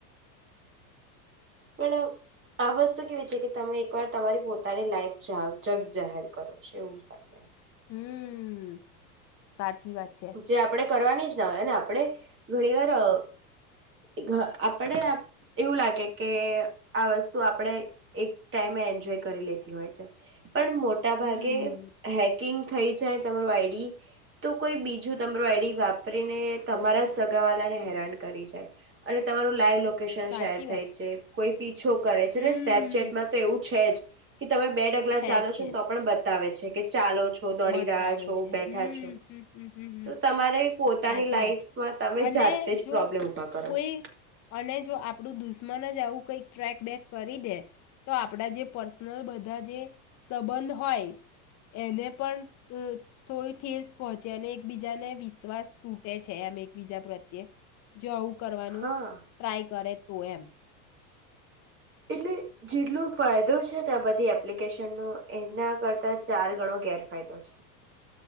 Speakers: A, on the right; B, on the left.
A: પણ આ વસ્તુ કેવી છે કે, તમે એકવાર તમારી પોતાની લાઈફ જગ જાહેર કરો છો એવું લાગે.
B: હમ સારુ ચી વાત છે.
A: જે આપણે કરવાની જ ના હોય, અને આપણે ઘણી વાર અ આપણે એવું લાગે કે, આ વસ્તુ આપણે એક ટાઈમે એન્જોય કરી લેતી હોય છે. પણ મોટા ભાગે
B: હમ
A: હેક કિંગ થઈ જાય તમારું આઈડી તો કોઈ બીજું તમારું આઈડી વાપરીને, તમારા સગાવાલા ને હેરાન કરી જાય. અને તમારું લાઈ લોકેશન
B: સાચી
A: શેર થાય
B: વાત
A: છે કોઈ છો કરે છે
B: હમ
A: ને, સ્નેપચેટમાં તો એવું છે જ. કે તમે બે ડગલા
B: છે
A: ચાલો
B: છે
A: છો તો પણ બત તાવે છે કે ચાલો છો, દોડી
B: બતાવે
A: રહ્યા છો,
B: છે
A: બેઠા
B: હમ
A: છો?
B: હમ હમ હમ હમ
A: તો તમારે પોતાની
B: સાચી
A: લાઈફમાં,
B: વાત છે
A: તમે
B: અને
A: જાતે જ
B: જો
A: પ્રોબ્લેમ ઊભા કરો
B: કોઈ
A: છો?
B: અને જો આપણું દુશ્મન જ આવું કઈક ટ્રેક બેક કરી દે. તો આપણા જે પર્સ ન બધા જે સંબંધ હોય એને પણ થોડી ઠેસ પહોંચે અને એકબીજાને વિશ્વાસ તૂટે છે, આમ એકબીજા પ્રત્યે જો આવું કરવાનું
A: હા
B: ટ્રાય કરે. શું એમ.
A: એટલે જેટલો ફાયદો છે ને આ બધી એપ્લિકેશન નો, એના કરતા ચાર ગણો ગેરફાયદો છે.